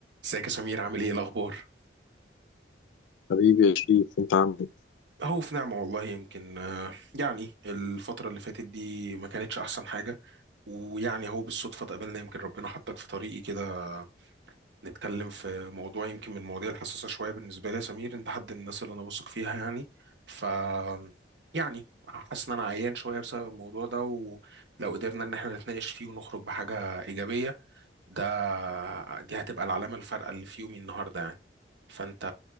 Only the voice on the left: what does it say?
حبيبي يا شريف انت عامل ايه؟